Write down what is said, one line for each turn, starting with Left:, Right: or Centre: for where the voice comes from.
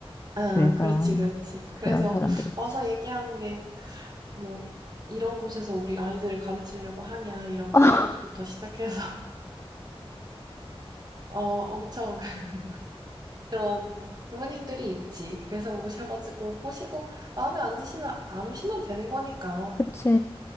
Right: 아,
Left: 그래서,
Right: 그렇지, 그렇지. 그래서
Left: 그런 사람들 있지.
Right: 와서 얘기하는 게, 뭐, 이런 곳에서 우리 아이들을 가르치려고 하냐, 이런 피드백부터
Left: <laughs>
Right: 시작해서, <laughs> 어, 엄청 <laughs> 그런 부모님들이 있지. 그래서 오셔가지고 보시고, 마음에 안 드시면 안 오시면 되는 거니까.
Left: 그치.